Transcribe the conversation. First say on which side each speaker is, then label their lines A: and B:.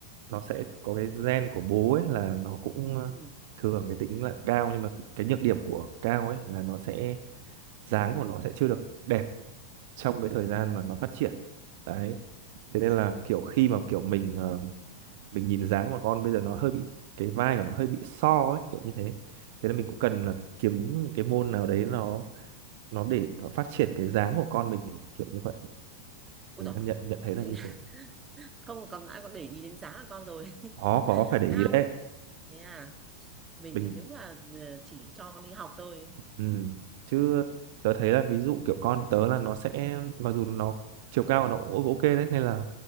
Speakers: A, on the right; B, on the right.
A: nó sẽ có cái gen của bố ấy là nó cũng ờ,
B: Ừ.
A: thường cái tính là cao nhưng mà cái nhược điểm của cao ấy là nó sẽ dáng của
B: Ừ.
A: nó sẽ chưa được đẹp trong cái thời gian mà nó phát triển đấy thế nên là kiểu khi mà kiểu mình ờ, mình nhìn dáng của con bây giờ nó hơi bị cái vai của nó hơi bị so ấy kiểu như thế thế nên mình cũng cần là kiếm những cái môn nào đấy nó nó để nó phát triển cái dáng của con mình ấy, kiểu như vậy
B: Ôi
A: mình
B: dồi.
A: đang nhận nhận thấy là
B: <laughs>
A: như thế
B: Không còn ai còn để ý đến giá của con rồi.
A: có có phải để ý
B: cao
A: đấy
B: thế à mình
A: mình
B: thì đúng là ờ, chỉ cho con đi học thôi
A: ừ. chứ tớ thấy là ví dụ kiểu con tớ là nó sẽ mặc dù nó chiều cao của nó cũng ok đấy nên là